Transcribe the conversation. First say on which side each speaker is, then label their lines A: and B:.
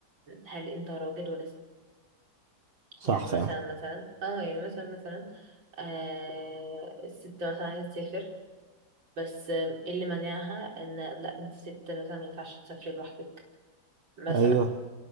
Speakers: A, on the right; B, on the right.
A: هل انت راجل ولا ست
B: صح
A: يعني
B: فعلا
A: مثلا مثلا اه يعني مثلا مثلا آه الست مثلا عايزة تسافر بس آم، اللي منعها ان لا انت ست مثلا ما ينفعش تسافري لوحدك مثلا
B: ايوه